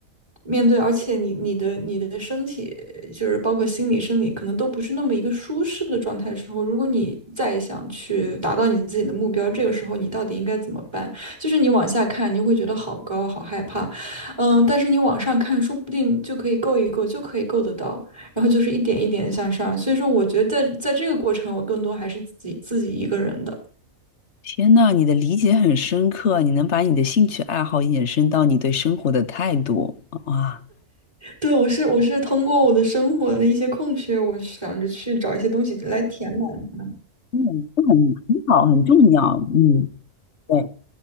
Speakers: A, on the right; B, on the left.
A: 面对，而且你你的你的身体，就是包括心理、生理，可能都不是那么一个舒适的状态的时候，如果你再想去达到你自己的目标，这个时候你到底应该怎么办？就是你往下看，你就会觉得好高，好害怕，嗯，但是你往上看，说不定就可以够一够，就可以够得到。然后就是一点一点的向上。所以说，我觉得在在这个过程，我更多还是自己自己一个人的。
B: 天呐，你的理解很深刻，你能把你的兴趣爱好延伸到你对生活的态度，啊哇，
A: 对，我是我是通过我的生活的一些空缺，我想着去找一些东西来填满它
B: 嗯，这很很好，很重要。嗯，对，